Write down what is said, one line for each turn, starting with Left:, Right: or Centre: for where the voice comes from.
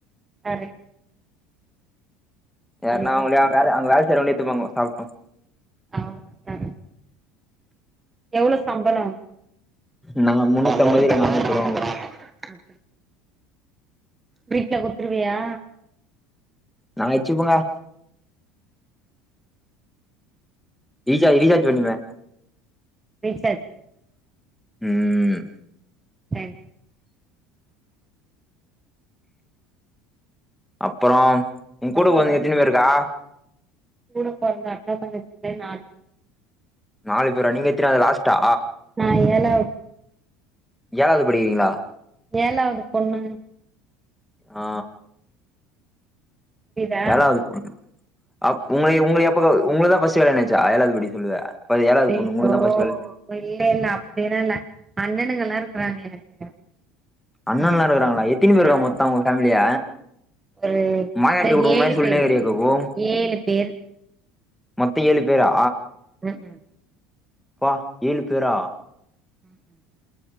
Right: அரி
Centre: யாருனா
Right: அவ்ளோதா
Centre: அவங்களே வேல அங்க வேல செய்றவங்களே எடுத்துப்பாங்க சாப்ட்டு
Right: அவ்ளோதாங்க யாரு எவ்ளோ சம்பளோ
Centre: நா முன்னூத்தம்பது
Right: ஆ முண்ணுத்தம்பது
Centre: இல்ல நானூத்தி
Right: ரவுண்டா
Centre: ரூவாங்கோ
Right: தருவாங்க வீட்ல குத்துருவியா
Centre: நா வச்சுப்பங்கா ரீசா ரீசார்ஜ் பண்ணிப்பே
Right: ரீசார்ஜ்
Centre: ம்
Right: சரி
Centre: அப்றோ உங்கூட
Right: அப்பறோ
Centre: பொறந்தங்க எத்தினி பேருக்கா
Right: கூட போறந்த அக்கா தங்கச்சி நாளு
Centre: நாலு பேரா நீங்க எத்தினாது லாஸ்ட்டா
Right: நா ஏழாவ்து
Centre: ஏழாவது படிக்கிறீங்ளா
Right: ஏழாவது பொண்ணு
Centre: ஆ
Right: புரியுதா
Centre: ஏழாவது அப்ப உங்கள உங்களுக்கு எப்ப உங்களுக்கு தா ஃபர்ஸ்ட் கல்யாணோ ஆயிச்சா ஏழாவது படி சொல்லுவ ஏழாவது பொண்ணு
Right: ஐயோ
Centre: உங்களுக்குதா ஃபர்ஸ்ட் கல்யாணோ
Right: இல்ல இல்ல அப்டில்லா இல்ல அண்ணனுங்கல்லா இருக்கறாங்க எனக்கு
Centre: அண்ணல்லா இருக்கிறாங்ளா எத்தினி பேருக்கா
Right: ஆ
Centre: மொத்தோ உங்க ஃபேமிலில
Right: ஒரு
Centre: மாயாண்டி
Right: இந்த
Centre: குடும்பம்
Right: ஏழு
Centre: மாரி சொல்லினே
Right: பேரு
Centre: இருக்கிரியேக்கா க்கோ
Right: ஏழு பேர்
Centre: மொத்த ஏழு பேரா
Right: ம்
Centre: ப்பா ஏழு பேரா
Right: ம்